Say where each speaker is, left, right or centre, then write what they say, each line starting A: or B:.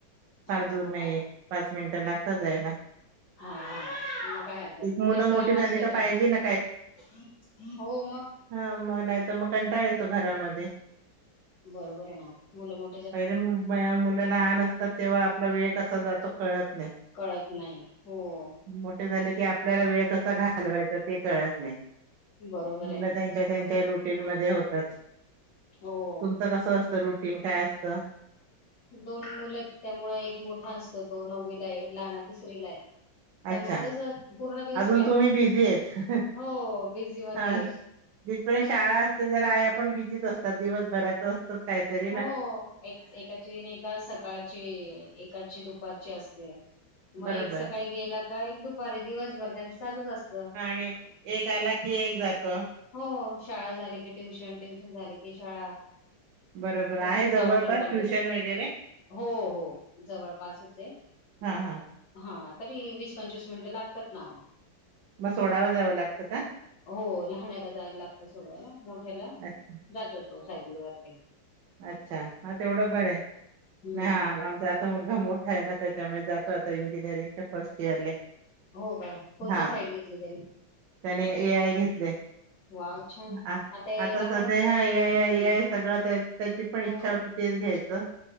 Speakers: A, on the right; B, on the left.
A: फार
B: हा
A: दूर
B: मग
A: नाही.
B: काय
A: पाच मिनिटं लागतात जायला.
B: हा हा मग काही हरकत
A: एक
B: नाही,
A: मुलं
B: जास्त
A: मोठी
B: लांब
A: झाली
B: असलात
A: का
B: राहिलं,
A: पाहिजे ना
B: हो मग?
A: ह.. म नाहीत म कंटाळा येतो घरामध्ये...
B: बरोबर आहे ना. मुलं म
A: पहिले मुलं लहान असतात तेव्हा आपला वेळ कसा जातो कळत नाही
B: कळत नाही, हो
A: मोठे झाले की आपल्याला वेळ कसा घालवायचा ते कळत नाही.
B: बरोबर
A: मुलं
B: आहे
A: त्यांच्या त्यांच्या
B: ना
A: रुटीन मधे होतात,
B: हो
A: तुमचं कस असत रुट? टिन काय असतं?
B: दोन मुलंत त्यामुळ एक मोठा असतो तो नववीला आहे लहान तिसरी ला आहे. त्यामुळं
A: अच्छा
B: कसं पूर्ण दिवस
A: अजून
B: पॅक,
A: तुम्ही बिझी आहेत
B: हो बिझीमध्ये.
A: हा जिथपर्यंत शाळा असते जरा आया पण बिझीच असतात दिवसभराचं. मग काय तर.
B: हो एक एकाची नाही ये का सकाळची एकाची दुपारची असते, मग
A: बरोबर
B: एक सकाळी गेला काय दुपारी दिवसभर त्यांच चालूच असतं.
A: आणि एक आला की एक जातो.
B: हो शाळा झाली की ट्युशन, ट्युशन झाली की शाळा.
A: बरोबर
B: दोघांच
A: आहे जवळपास
B: आलटून पालटून.
A: ट्युशन वगैरे
B: हो हो जवळपासच ये.
A: हा हा.
B: हा तरी वीस, पंचवीस मिनिटं लागतात ना ओ
A: मग सोडाव जावं लागतं का?
B: हो लहाण्याला जायला लागतं सोडवायला मोठ्याला
A: अच्छा
B: जातो तो सायकल वरती.
A: अच्छा हा तेवढं बरंय
B: हम्म
A: नाय हा आमचा मुलगा मोठा आहे ना त्याच्यामुळे जातो आता इंजिनिअरिंगच्या फर्स्ट इयरले.
B: हो का कोणता
A: हा
B: साईड घेतलं त्यानी?
A: त्याने ए आय घेतलंय.
B: वाव छान
A: अ
B: यायला
A: आता सध्या
B: आहेच
A: ह्या
B: हम्म
A: ए आय ए आय सगळं ते त्याची पण इच्छा
B: हो
A: होती तेच घ्यायचं